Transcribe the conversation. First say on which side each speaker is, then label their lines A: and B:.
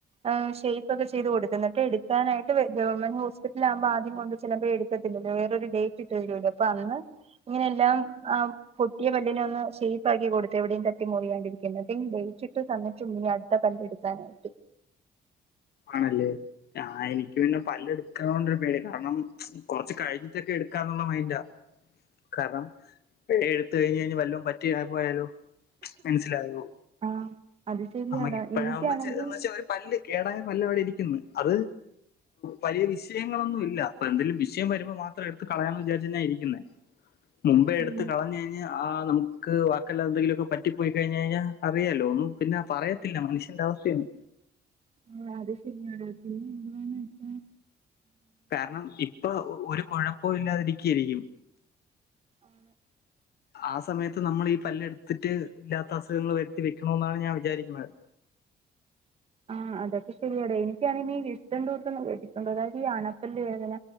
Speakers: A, on the right; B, on the left.
A: ഏഹ് ഷെയ്പ്പൊക്കെ ചെയ്ത് കൊടുത്തു എന്നിട്ട് എടുക്കാനായിട്ട് ഗവൺമെൻ്റ് ഹോസിപിറ്റലാവുമ്പോ ആദ്യം കൊണ്ട് ചെലപ്പൊ എടുക്കത്തില്ലല്ലോ വേറൊരു ഡേറ്റ് ഇട്ട് തരുവല്ലോ അപ്പൊ അന്ന് ഇങ്ങനെ എല്ലാം ആ പൊട്ടിയ പല്ലിനെ ഒന്ന് ഷേപ്പ് ആക്കി കൊടുത്ത് എവിടെേയും തട്ടി മുറിയാണ്ടിരിക്കാൻ എന്നിട്ട് ഇനി ഡേറ്റിട്ട് തന്നിട്ടുണ്ട് ഇനി അടുത്ത പല്ല് എടു താണ്ട്
B: ആണല്ലേ. ഞാഹ് എനിക്ക് പിന്നെ പല്ല് എടുക്കാ ണ്ടൊരു പേടി. കാരണം കൊറച്ച് കഴിഞ്ഞിട്ടൊക്കെ എടുക്കാന്നുള്ള മൈൻഡാ. കാരണം ഇപ്പഴെ എടുത്ത് കഴിഞ്ഞ ഞ്ഞി വല്ലതും പറ്റി പോയാലോ? മനസ്സിലായോ.
A: ആഹ് അത് ശരിയാടാ
B: നമുക്ക്പ്പഴാകുമ്പോ
A: എനിക്കാണെങ്കിൽ
B: ച്ച പല്ല് കേടായാ പല്ല വടെ ഇരിക്കുന്നു. അത് വലിയ വിശയങ്ങളൊന്നും ഇല്ല. പ്പോ എന്തെലും വിഷയ വരുമ്പോ മാത്രം എടുത്ത് കളയാന്ന് വിചാരിച ന്നാ ഇരിക്കുന്നേ. മുമ്പേ എടുത്ത്
A: ഉം
B: കളഞ് പിന്ന ആഹ് നമുക്ക് വാക്കല്ല തെ എന്തെങ്കിലൊക്കെ പറ്റിപ്പോയി കഴിഞ് കഴിഞ്ഞാ അറിയാല്ലോ ഒന്നും പിന്നെ പറയത്തില്ല. മനുഷ്യന്റെ അവസ്ഥയണ്.
A: ആഹ് അത് ശരിയാ ടത്തി എന്താന്ന് വച്ചാ
B: കാരണം ഇപ്പ ഒരു കുഴപ്പവും ഇല്ലാതിരിക്കായിരിക്കും.
A: ആണ്.
B: ആഹ് സമയത്ത് നമ്മൾ ഈ പല്ല് എടുത്തിട്ട് ഇല്ലാത്ത അസുഖങ്ങൾ വരുത്തി വെക്കണോഎന്നാണ് ഞാൻ വിചാരിക്കുന്നത്.
A: ആഹ് അതൊക്കെ ശരിയാടേ. എനിക്കാണെങ്കി ഈ വിസ്റ്റണ്ടൂട്ടന്ന് കേട്ടിട്ടുണ്ടോ? അതായത് ഈ അണപ്പല്ല് വേദന.